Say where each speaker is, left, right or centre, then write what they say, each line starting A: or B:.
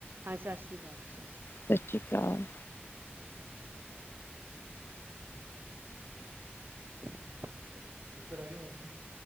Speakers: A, on the right; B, on the left.
A: ਹਾਂ ਸਤਿ ਸ਼੍ਰੀ ਅਕਾਲ ਜੀ ਸਤਿ ਸ਼੍ਰੀ ਅਕਾਲ
B: ਸਤਿ ਸ਼੍ਰੀ ਅਕਾਲ
A: <unintelligible>